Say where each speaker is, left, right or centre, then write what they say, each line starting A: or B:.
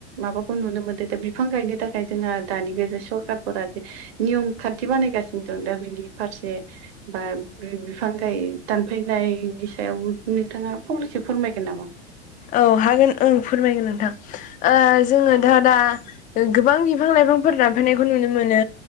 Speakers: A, on the right; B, on the left.
A: माबा खौ नुनो मोन्दों दा बिफां गायनो थाखाय जोंहा दानि बे सरखारफोरा जे नियम खान्थि बानायगासिनो दं दा बिनि फारसे बा बिफां गाय दानफैनायनि सायाव नोंथाङा फंनैसो फोरमायगोन नामा
B: औ हागोन ओं फोरमायगोन नोंथां ओ जोङो दा दा गोबां बिफां लाइफांफोर दानफैनायखौ नुनो मोनो